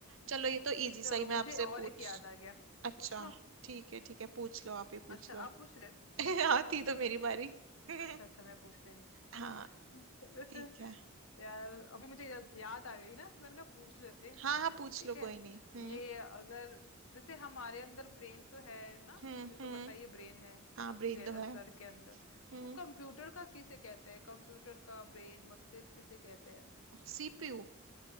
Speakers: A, on the right; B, on the left.
A: चलो ये तो इजी सा
B: चलो
A: ही
B: मुझे
A: मैं आपसे
B: और
A: पूछ
B: एक याद आ गया मैं
A: अच्छा
B: पूछ लूं
A: ठीक है ठीक है पूछ लो आप ही पूछ
B: अच्छा
A: लो
B: आप पूछ रहे हो
A: <laughs> हाँ थी तो मेरी बारी <laughs>
B: अच्छा अच्छा मैं पूछ रही
A: हाँ
B: हूँ
A: ठीक
B: <laughs>
A: है
B: यार अभी मुझे या, याद आ गई ना तो मैंने कहा पूछ लेते हैं।
A: हाँ हाँ पूछ
B: ठीक
A: लो कोई
B: है
A: नहीं हम्म
B: ये अगर जैसे हमारे अंदर ब्रेन तो है ना
A: हम्म
B: ये तो
A: हम्म
B: पता ही है ब्रेन है
A: हाँ ब्रेन
B: से-
A: तो है
B: सर के अंदर
A: हम्म
B: तो कंप्यूटर का किसे कहते हैं कंप्यूटर का ब्रेन मस्तिष्क किसे कहते हैं
A: सीपीयू